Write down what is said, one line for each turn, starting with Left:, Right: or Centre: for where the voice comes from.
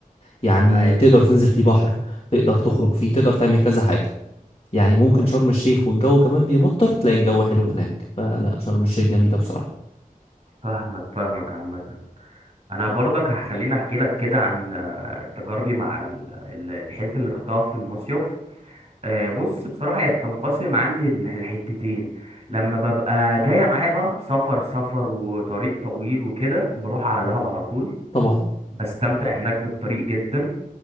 Left: يعني
Right: ايوه
Left: تقدر تنزل فيه بحر تقدر تخرج فيه تقدر تعمل كذا حاجه يعني ممكن
Right: تحفه
Left: شرم الشيخ والجو كمان بيمطر تلاقي الجو حلو هناك فلا شرم الشيخ جميله بصراحه
Right: فاهمك فاهمك عامه انا برضك هخليني احكي لك كده عن آه، تجاربي مع ال- ال- الحتت اللي رحتها في المصيف آه، بص بصراحة هي بتنقسم عندي ال- الحتتين لما ببقى جاية معايا بقى بسفر سفر وطريق طويل وكده بروح على دهب على طول
Left: طبعا
Right: بستمتع هناك بالطريق جدا